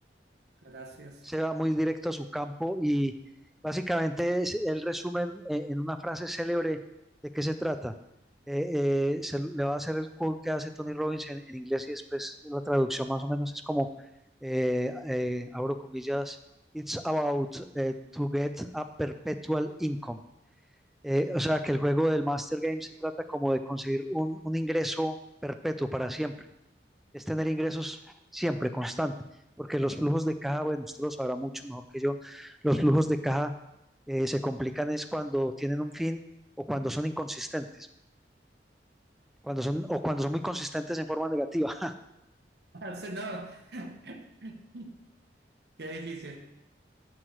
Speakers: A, on the right; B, in the centre.
A: gracias.
B: se
A: <laughs>
B: va muy directo a su campo y básicamente es, él resume en, en una frase célebre de qué se trata. Eh, eh, se, le va a hacer el quote que hace Tony Robbins en, en inglés y después la traducción más o menos es como, eh, eh, abro comillas, It's about eh, to get a perpetual income. Eh, o sea, que el juego del Master Game se trata como de conseguir un, un ingreso perpetuo para siempre es tener ingresos siempre constante, porque los flujos de caja, bueno, usted lo sabrá mucho mejor que yo, los flujos de caja eh, se complican es cuando tienen un fin o cuando son inconsistentes, cuando son o cuando son muy consistentes en forma negativa.
A: Sí, No, <laughs> qué difícil.